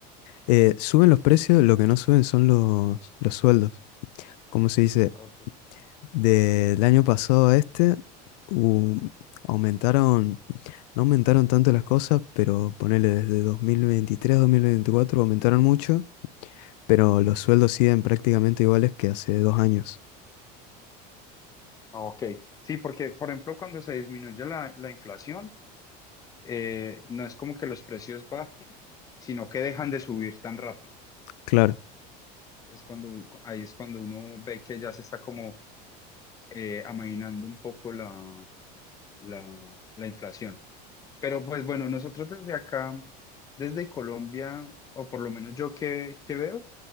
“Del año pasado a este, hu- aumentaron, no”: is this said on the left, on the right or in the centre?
Left